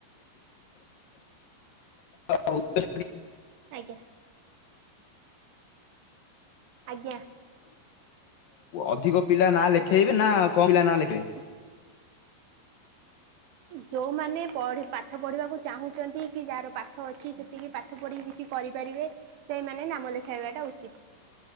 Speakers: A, on the left; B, on the right.
A: <unintelligible>
B: ଆଜ୍ଞା। ଆଜ୍ଞା।
A: ଅଧିକ ପିଲା ନା ଲେଖେଇବେ ନା କମ ପିଲା ନା ଲେଖେଇବେ?
B: ହ ଯୋଉମାନେ ପଢ଼ି ପାଠ ପଢିବାକୁ ଚାହୁଁଛନ୍ତି କି ଯାହାର ପାଠ ଅଛି ସେତିକି ପା ପାଠ ପଢିକି କିଛି କରିପାରିବେ ସେଇମାନେ ନାମ ଲେଖାଇବାଟା ଉଚିତ।